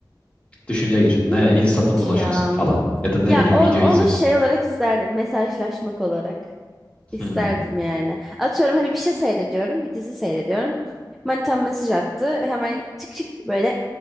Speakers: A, on the left; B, in the centre.
A: Düşünce gücünle
B: Ne İlginç
A: Insta'da dolaşıyorsun
B: ya.
A: falan ya da ne
B: Ya
A: bileyim
B: on,
A: video
B: onu
A: izliyorsun.
B: şey olarak isterdim. Mesajlaşmak olarak. İsterdim
A: Hmm.
B: yani. Atıyorum hani bir şey seyrediyorum, bir dizi seyrediyorum. Manitam mesaj attı. Hemen çık çık böyle